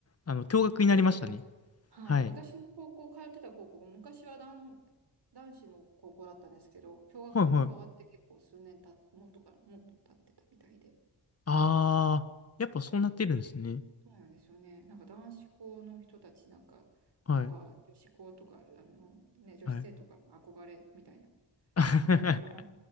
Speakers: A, on the left; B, on the right.
A: あの、共学になりましたね。
B: 共学です。はい。
A: はい。
B: 私の高校、通ってた高校が昔は男、男子の高校だったんですけど、共学に変わって結構数年た、
A: はいはい。
B: もっとかな、もっと経ってたみたいで。
A: あー、やっぱそうなってるんですね。
B: そうなんですよね。なんか男子校の人たちなんか
A: はい。
B: は、女子校とか、あの、ね、女子生とか憧れみたいな
A: はい。<laughs>
B: イメージあります。